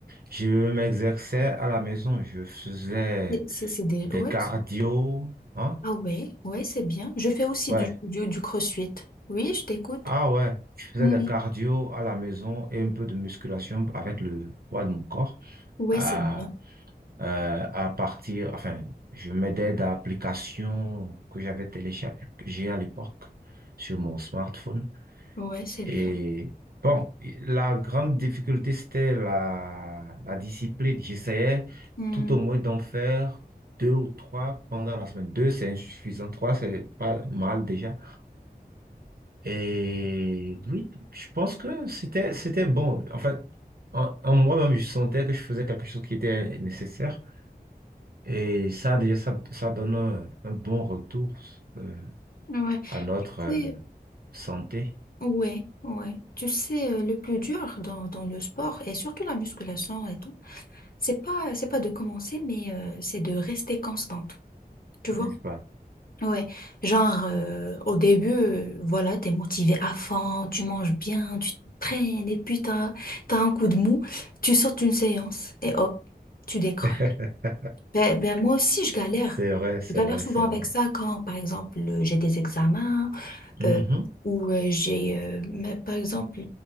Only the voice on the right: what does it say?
je m'exerçais à la maison. Je faisais
des
cardio. Hein?
Ouais.
Ah ouais. Je faisais
des cardio à la maison et un peu de musculation avec le poids de mon corps.
Euh,
euh, à partir, enfin, je m'aidais d'applications que j'avais téléchargées à l'époque sur mon smartphone.
Et
bon, la grande difficulté, c'était la, la discipline. J'essayais
tout au moins d'en faire deux ou trois pendant la semaine. Deux, c'est insuffisant. Trois, c'est pas mal déjà. Et oui, je pense que c'était, c'était bon. En fait, en, en moi-même, je sentais que je faisais quelque chose qui était nécessaire. Et ça, déjà, ça, ça donne un, un bon retour euh,
à notre euh,
santé,
n'est-ce pas?
<laughs>
C'est vrai, c'est
vrai,
c'est
vrai.
Mhm.